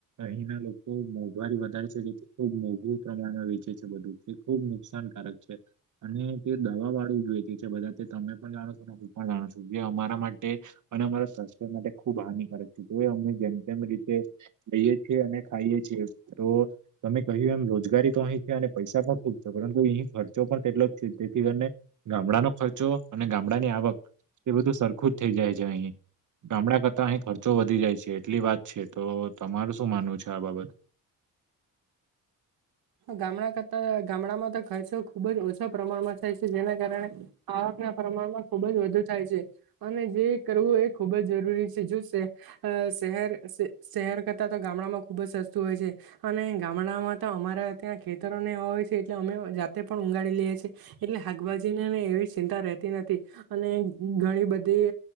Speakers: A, on the right (about 55°); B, on the right (about 75°).
A: અહીં ના લોકો વળી વધારે છે જેથી ખૂબ મોંઘું પ્રમાણમાં વેચે છે બધું, તે ખુબ નુકસાનકારક છે અને તે દવા વાળું જ વેચે છે બધા તમે પણ જાણો છો હું પણ જાણું છું, જે અમારા માટે અને અમારા માટે ખુબ હાનિકારક છે તોય અમે જેમ તેમ રીતે લઈએ છેએ અને ખાઈએ છીએ તો તમે કહ્યું એમ રોજગારી તો અહીં છે અને પૈસા પણ ખૂબ પરંતુ ઈ ખર્ચો પણ તેટલો તેથી કરીને ગામડાનો ખર્ચો અને ગામડાની આવક એ બધું સરખું જ થઈ જાય છે. ગામડા કરતા અહી ખર્ચો વધી જાય છે એટલી વાત છે તો તમારૂ શું માનવું છે? આ બાબત
B: ગામડા કરતા, ગામડામાં તો ખર્ચો ખુબ જ ઓછા પ્રમાણમાં થાય છે જેના કારણે આવક ના પ્રમાણમાં ખુબ જ વધુ થાય છે. અને જે કરવું એ ખુબ જ જરૂરી છે જો સહે, સહેર, સહેર કરતા ગામડામાં ખુબ જ સસ્તું હોય છે અને ગામડામાં તો અમા ત્યાં ખેતરોને હોય છે એટલે અમે જાતે પણ ઊંગાડી લએ છીએ એટલે હાગભાજીનીને એવી ચિંતા તી નથી અને ઘણી બધી